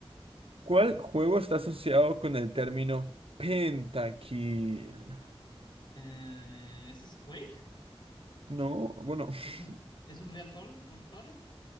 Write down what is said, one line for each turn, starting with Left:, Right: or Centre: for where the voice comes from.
Right: ¿Cuál juego está asociado con el término pentakill?
Left: Eh, ¿ese es Quake?
Right: No, bueno... <laughs>
Left: ¿Es un, es un Real Torrent? ¿Or Torrent?